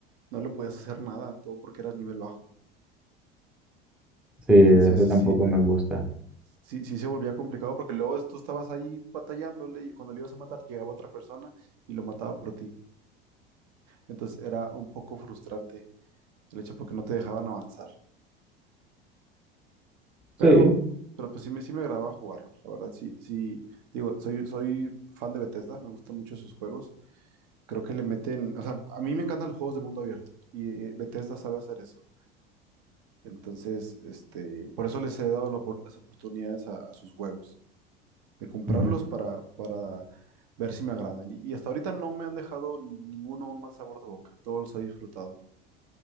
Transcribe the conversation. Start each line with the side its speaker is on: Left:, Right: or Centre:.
Right: no le podías hacer nada, todo porque eras nivel bajo.
Centre: sí,
Right: Entonces,
Centre: eso
Right: sí,
Centre: tampoco me gusta.
Right: sí, sí se volvía complicado porque luego tú estabas ahí batallándole y cuando le ibas a matar llegaba otra persona y lo mataba por ti. Entonces era un poco frustrante el hecho porque no te dejaban avanzar. Pero,
Centre: Sí,
Right: pero pues sí me, sí me agradaba jugarlo. La verdad, sí, sí, digo, soy, soy fan de Bethesda, me gustan mucho sus juegos. Creo que le meten, o sea, a mí me encantan los juegos de mundo abierto y eh, Bethesda sabe hacer eso. Entonces, este, por eso les he dado la opor- las oportunidades a a sus juegos. de comprarlos
Centre: ujú,
Right: para, para ver si me agradan. Y, y hasta ahorita no me han dejado ninguno un mal sabor de boca. Todos los he disfrutado.